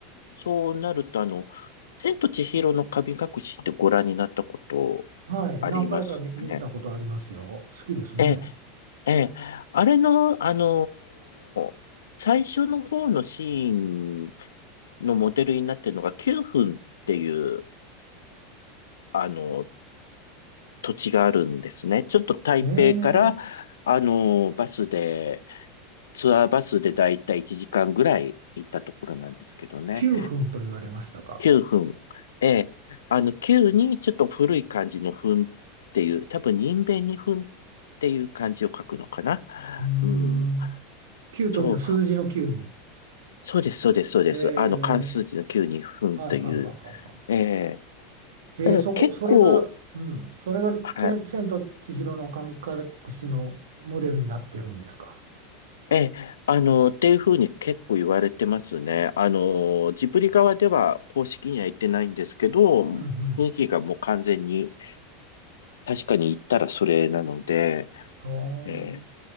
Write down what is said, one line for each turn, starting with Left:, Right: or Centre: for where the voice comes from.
Left: そうなると、あの、千と千尋の神隠しってご覧になったこと
Right: はい。
Left: ありますかね。
Right: 何回か見、見たことありますよ。好きですね。
Left: ええ、ええ、あれの、あのー最初の方のシーンのモデルになってるのが9分っていう、あのー土地があるんですね。ちょっと台北から、
Right: へえ。
Left: あのーバスで、ツアーバスでだいたい1時間ぐらい行ったところなんですけどね。
Right: 9分と言われましたか。
Left: 9分。ええ。あの、9にちょっと古い感じの分っていう、多分人弁に分っていう漢字を書くのかな。
Right: うーん。
Left: うん。
Right: 9というのは数字の9に。
Left: そう、そうです、そうです、そうです。
Right: へえ、
Left: あの、漢数字の9に分という。
Right: はいはいはいはいは
Left: ええ。
Right: い。へえ、
Left: ただ結構、
Right: そこ、それが、うん、それがチェン千と千尋の神隠
Left: はい。
Right: しのモデルになってるんですか。
Left: ええ、あの、っていうふうに結構言われてますね。あの、ジブリ側では公式には言ってないんですけど、
Right: うんうん。
Left: 雰囲気がもう完全に、確かに言ったらそれなので、
Right: は
Left: ええ、